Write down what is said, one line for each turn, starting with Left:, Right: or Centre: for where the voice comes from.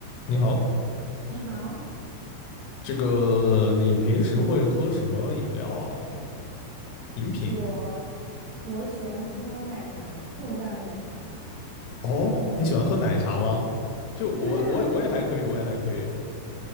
Left: 你好，
Right: 你好，
Left: 这个你平时会喝什么饮料啊？饮品？
Right: 我我喜欢喝奶茶，各种各样的奶茶。
Left: 哦，你喜欢喝奶茶吗？就我，
Right: 对啊，
Left: 我也我也还可以，我也还可以。